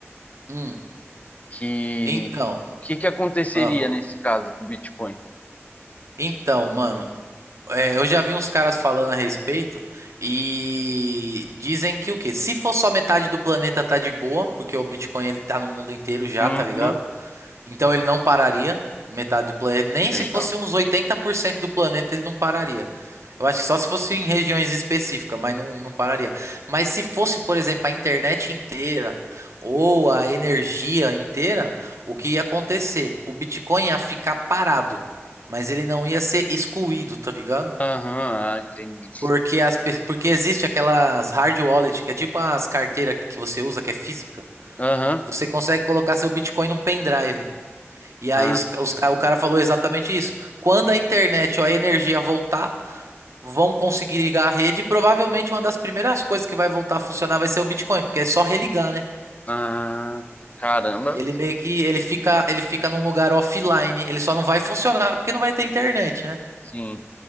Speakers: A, on the right; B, on the left.
A: hum.
B: Que
A: Então,
B: que, que aconteceria
A: ah,
B: nesse caso com o Bitcoin?
A: então, mano. É, eu já vi uns caras falando a respeito e dizem que o quê? Se for só metade do planeta tá de boa, porque o Bitcoin ele tá no mundo inteiro já,
B: Uhum,
A: tá ligado? Então ele não pararia, metade do planeta, nem
B: legal.
A: se fosse uns 80% do planeta ele não pararia. Eu acho que só se fosse em regiões específicas, mas não, não pararia. Mas se fosse, por exemplo, a internet inteira ou a energia inteira, o que ia acontecer? O Bitcoin ia ficar parado, mas ele não ia ser excluído, tá ligado?
B: Aham, uhum, entendi.
A: Porque, as, pe- porque existe aquelas hard wallet, que é tipo as carteiras que você usa, que é física.
B: Aham,
A: Você consegue colocar seu Bitcoin num pendrive. E aí
B: ah,
A: os, ca- os, ca- o cara falou exatamente isso. Quando a internet ou a energia voltar, vão conseguir ligar a rede. E provavelmente uma das primeiras coisas que vai voltar a funcionar vai ser o Bitcoin, porque é só religar, né?
B: ah, caramba,
A: Ele meio que ele fica, ele fica num lugar offline. Ele só não vai funcionar porque não vai ter internet, né?
B: sim,